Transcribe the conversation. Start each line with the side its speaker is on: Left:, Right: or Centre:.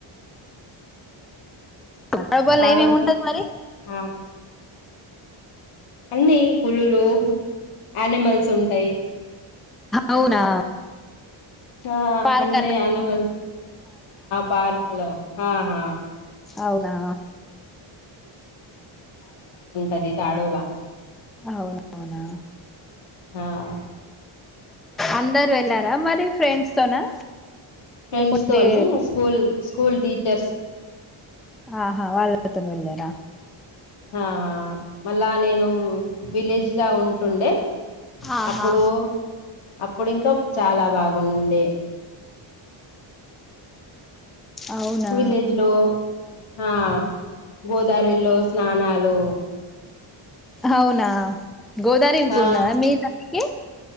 Centre: తాడోబాలా
Left: తాడో
Centre: ఎం ఎం ఉంటది మరి
Left: ఆ అన్ని పులులు యానిమల్స్ ఉంటాయి
Centre: అవునా
Left: ఆ
Centre: పార్క్
Left: అన్ని
Centre: అన్న
Left: అనిమల్స్ పార్క్ లో ఆ హా
Centre: అవునా
Left: అది తాడోబా
Centre: అవునా అవునా
Left: ఆ
Centre: అందరు వెళ్ళారా మరి ఫ్రెండ్స్ తోనా
Left: ఫ్రెండ్స్
Centre: లేకుంటే
Left: తోని స్కూల్ స్కూల్ టీచర్స్
Centre: ఆహా వాళ్ళ అందరితోని వెళ్ళారా
Left: ఆహా మళ్ళా నేను విలేజ్ లా ఉంటుండే
Centre: ఆహా
Left: అప్పుడు అప్పుడు ఇంకా చాలా బాగుండే
Centre: అవునా
Left: విలేజ్ లో ఆ గోదావరిలో స్నానాలు
Centre: అవునా గోదారి ఇకున్నాదా
Left: ఆ
Centre: మీ కంటికి